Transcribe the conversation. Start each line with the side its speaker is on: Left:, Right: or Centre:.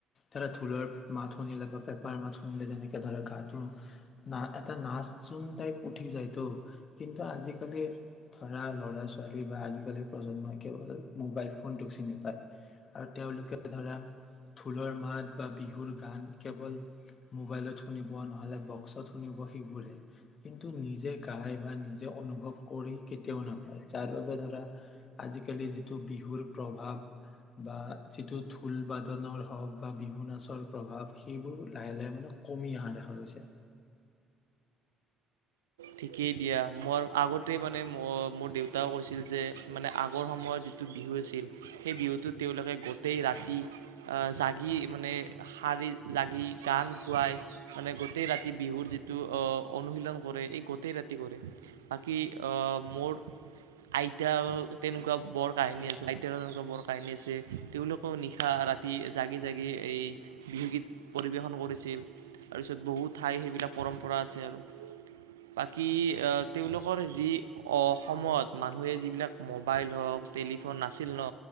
Left: ধৰা ঢোলৰ মাত শুনিলে বা পেপাৰ মাত শুনিলে যেনেকে ধৰা গাটো না এটা নাচ চোন টাইপ উঠি যায়তো কিন্তু আজিকালিৰ ধৰা লৰা ছোৱালী বা আজিকালি প্ৰজন্মই কেৱল মোবাইল ফোনটোক চিনি পায় আৰু তেওঁলোকে ধৰা ঢোলৰ মাত বা বিহুৰ গান কেৱল মোবাইলত শুনিব নহলে বক্সত শুনিব সেইবোৰে কিন্তু নিজে গাই বা নিজে অনুভৱ কৰি কেতিয়াও নাপায় যাৰ বাবে ধৰা আজিকালি যিটো বিহুৰ প্ৰভাৱ বা যিটো ঢোল বাদনৰ হওক বা বিহু নাচৰ প্ৰভাৱ সবোৰ লাহে লাহে মানে কমি অহা দেখা গৈছে
Right: ঠিকেই দিয়া মোৰ আগতে মানে ম মোৰ দেউতাও কৈছিল যে মানে আগৰ সময়ত যিটো বিহু আছিল সেই বিহুটোত তেওঁলোকে গোটেই ৰাতি জাগি মানে শাৰী জাগি গান গোৱাই মানে গোটেই ৰাতি বিহুৰ যিটো অনুশীলন কৰে গোটেই ৰাতি কৰে বাকী মোৰ আইতা তেনেকুৱা বৰ কাহিনী আছে আইতাৰ তেনেকুৱা বৰ কাহিনী আছে তেওঁলোকেও নিশা ৰাতি জাগি জাগি এই বিহুগীত পৰিৱেশন কৰিছিল তাৰপিছত বহু ঠাই সেইবিলাক পৰম্পৰা আছে আৰু বাকী তেওঁলোকৰ যি অসমত মানুহে যিবিলাক মোবাইল হওক টেলিফোন নাছিল ন